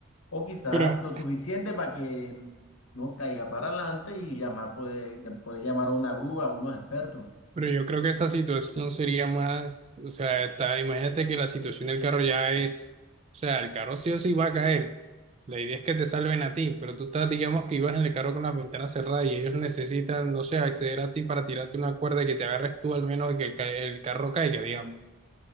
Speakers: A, on the left (about 70°); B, on the right (about 30°).
A: O quizá
B: Pero
A: lo suficiente para que no caiga para adelante y llamar, poder, poder llamar a una grúa, a unos expertos.
B: Pero yo creo que esa situación sería más, o sea, está, imagínate que la situación del carro ya es, o sea, el carro sí o sí va a caer. La idea es que te salven a ti, pero tú estás, digamos que ibas en el carro con la ventana cerrada y ellos necesitan, no sé, acceder a ti para tirarte una cuerda y que te agarres tú al menos y que el, ca- el carro caiga, digamos.